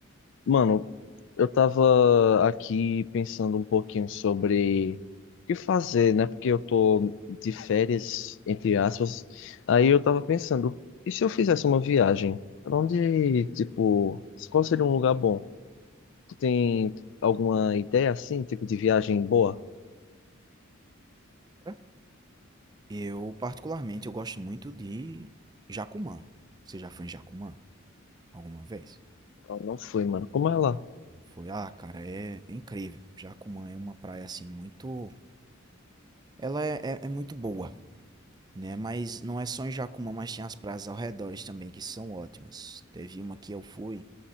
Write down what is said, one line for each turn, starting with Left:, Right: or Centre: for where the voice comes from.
Left: Mano, eu tava aqui pensando um pouquinho sobre o que fazer, né? Porque eu tô de férias, entre aspas. Aí eu tava pensando, e se eu fizesse uma viagem? Pra onde, tipo, qual seria um lugar bom? Tu tem alguma ideia assim, tipo, de viagem boa?
Right: Hã? Eu, particularmente, eu gosto muito de Jacumã. Você já foi em Jacumã alguma vez?
Left: Eu Não fui, mano. Como é lá?
Right: Não foi? Ah, cara, é incrível. Jacumã é uma praia, assim, muito... Ela é, é- é muito boa, né? Mas não é só em Jacumã, mas tem as praias ao redor também que são ótimas. Teve uma que eu fui